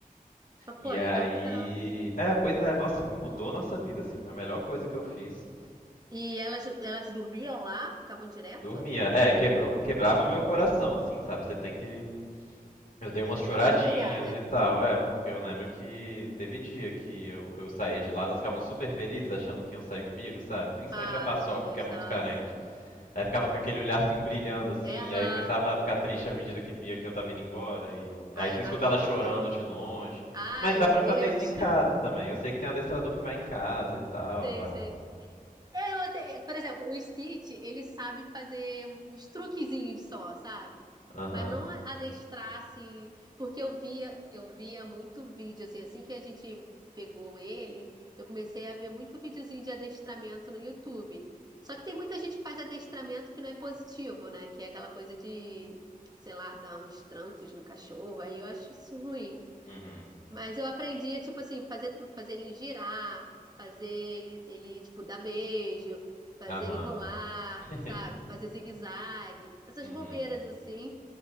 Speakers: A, on the right; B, on the left.
A: Mas,
B: E
A: pô, legal
B: aí.
A: pra caramba.
B: É, pois é, nossa, mudou nossa vida, assim, foi a melhor coisa que eu fiz.
A: E elas, elas dormiam lá? Ficavam direto?
B: Dormia. É, quebrou, quebrava meu coração, assim, sabe? Você tem que. Eu dei umas
A: Se
B: choradinhas
A: desapegar, né?
B: e tal, é, porque eu lembro que teve dia que eu, eu saía de lá, elas ficavam super felizes achando que iam sair comigo, sabe? Principalmente
A: Ai,
B: a Paçoca,
A: meu Deus,
B: que é muito
A: nossa.
B: carente. Aí ficava com aquele olharzinho brilhando, assim,
A: É, aham.
B: e aí começava a ficar triste à medida que via que eu tava indo embora. E... Aí
A: Ai,
B: você
A: eu
B: escuta
A: não aguento,
B: ela chorando
A: cara.
B: de longe.
A: Ai,
B: Mas dá
A: meu
B: pra
A: Deus.
B: fazer isso em casa também. Eu sei que tem um adestrador que vai em casa e tal.
A: <laughs> Sei,
B: par-
A: sei. É, eu até, por exemplo, o Stitch, ele sabe fazer uns truquezinhos só, sabe?
B: Aham.
A: Mas não adestrar assim, porque eu via, eu via muito vídeo assim, assim que a gente pegou ele, eu comecei a ver muito videozinho de adestramento no YouTube. Só que tem muita gente que faz adestramento que não é positivo, né? Que é aquela coisa de, sei lá, dar uns trancos no cachorro. Aí eu acho isso ruim.
B: Uhum.
A: Mas eu aprendi, a, tipo assim, fazer truque, fazer ele girar, fazer ele, ele, tipo, dar beijo, fazer
B: Aham.
A: ele rolar,
B: <laughs>
A: sabe? Fazer zigue-zague, essas
B: Uhum.
A: bobeiras assim,